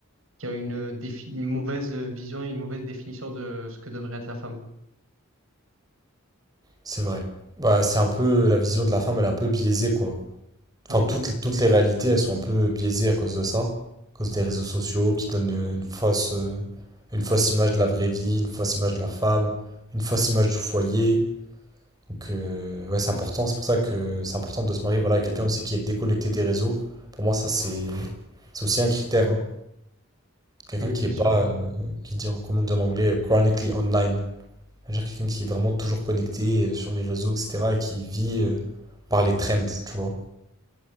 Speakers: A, on the right; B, on the right.
A: qui a une, défi- une mauvaise vision et une mauvaise définition de ce que devrait être la femme.
B: C'est vrai. Bah, c'est un peu la vision de la femme, elle est un peu biaisée quoi.
A: Oui,
B: Enfin, toutes, toutes les réalités, elles sont un peu biaisées à cause de ça, à cause des réseaux sociaux qui donnent euh, une fausse, euh, une fausse image de la vraie vie, une fausse image de la femme, une fausse image du foyer. Donc euh, ouais, c'est important. C'est pour ça que c'est important de se marier voilà, à quelqu'un aussi qui est déconnecté des réseaux. Pour moi, ça c'est c'est aussi un critère. hein. Quelqu'un
A: oui,
B: qui
A: bien
B: est
A: sûr.
B: pas euh, qui dit comment on dit en anglais chronically online. C'est-à-dire quelqu'un qui est vraiment toujours connecté euh, sur les réseaux, etc., et qui vit euh, par les trends, tu vois.